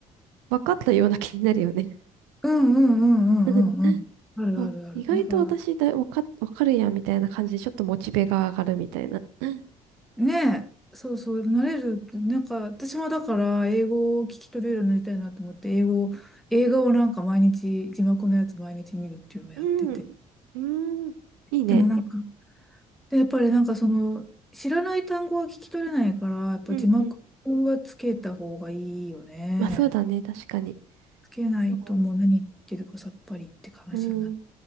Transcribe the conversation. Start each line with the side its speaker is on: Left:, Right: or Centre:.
Right: 分かったような気になるよね。
Centre: うんうんうんうんうんうん。
Right: <laughs>
Centre: あるあるある。
Right: あ、意外と私だ、
Centre: だから、
Right: 分か、分かるやんみたいな感じでちょっとモチベが上がるみたいな。うん。
Centre: ねえ、そうそう、慣れるって、なんか、私もだから、英語を聞き取れるようになりたいなと思って、英語を、映画をなんか毎日、字幕のやつ毎日見るっていうのをやってて。
Right: うん。うんいいね。
Centre: でもなんか、で、やっぱりなんかその、知らない単語は聞き取れないから、やっぱ字幕はつけた方がいいよね。
Right: うんうん。まあそうだね、確かに。
Centre: つけないともう何言ってるかさっぱりって話になる
Right: そう。うん。